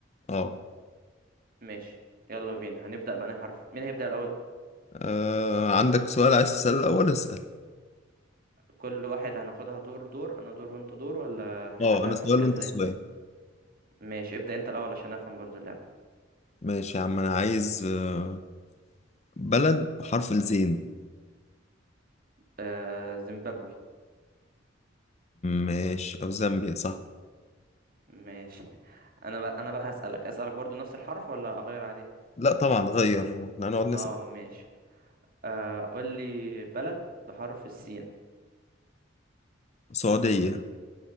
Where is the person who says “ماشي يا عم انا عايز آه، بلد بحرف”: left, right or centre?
Left